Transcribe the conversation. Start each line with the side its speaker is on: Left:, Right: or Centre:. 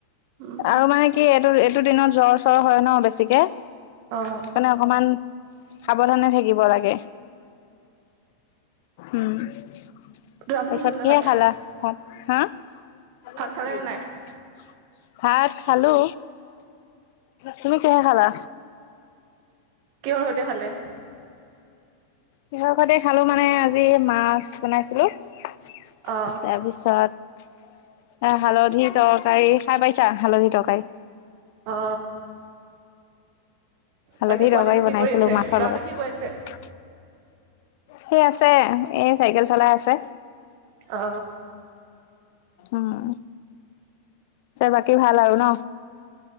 Right: উম
Left: আৰু মানে কি এইটো-এইটো দিনত জ্বৰ চ্বৰ হয় ন বেছিকে।
Right: উম
Left: মানে অকমান, সাৱধানে থাকিব লাগে। উম, তাৰপিছত
Right: আপুনি খালে নে
Left: কিহে
Right: ভাত
Left: খালা ভাত, হা? <unintelligible>
Right: ভাত খালে নে নাই
Left: ভাত খালো, তুমি কিহে খালা?
Right: কিহৰ সৈতে খালে?
Left: কিহৰ সৈতে খালো মানে আজি মাছ বনাইছিলো। তাৰপিছত
Right: অ
Left: এ, হালধি তৰকাৰী খাই পাইছা হালধি তৰকাৰী?
Right: অ।
Left: হালধি
Right: বাকী পোৱালিটো
Left: তৰকাৰী বনাইছিলো
Right: কি কৰি আছে?
Left: মাছৰ
Right: ল'ৰাটো
Left: লগত।
Right: কি কৰি আছে?
Left: সি আছে এ, চাইকেল চলাই আছে।
Right: অ।
Left: উম বাকী ভাল আৰু ন।